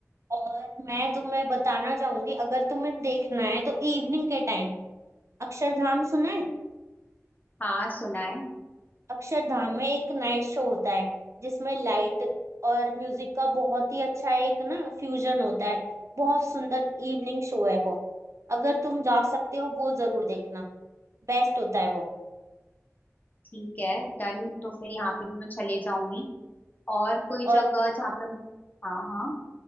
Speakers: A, on the right (about 65°); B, on the left (about 30°).
A: और मैं तुम्हें बताना चाहूंगी अगर तुम्हें देखना है तो इवनिंग के टाइम अक्षरधाम सुना है
B: हाँ सुना है
A: अक्षरधाम में एक नाइट शो होता है जिसमें लाइट और म्यूजिक का बहुत ही अच्छा एक ना फ्यूजन होता है बहुत सुंदर इवनिंग शो है वो अगर तुम जा सकते हो वो जरूर देखना बेस्ट होता है वो
B: ठीक है डन तो फिर यहाँ पे भी मैं चले जाऊंगी और कोई
A: और
B: जगह जहाँ पे हम- हाँ हाँ